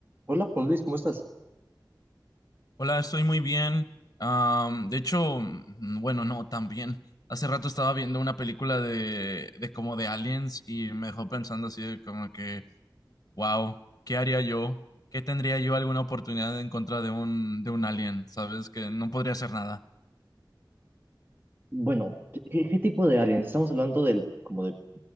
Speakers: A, on the right (about 25°); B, on the left (about 45°).
A: Hola, Juan Luis, ¿cómo estás?
B: Hola, estoy muy bien. Am, de hecho, mm, bueno, no, tan bien. Hace rato estaba viendo una película de, de como de aliens y me dejó pensando así de como que, wow, ¿qué haría yo? ¿Qué tendría yo alguna oportunidad en contra de un, de un alien? ¿Sabes? Que no podría hacer nada.
A: Bueno, ¿qué, qué- qué tipo de aliens? ¿Estamos hablando del, como de,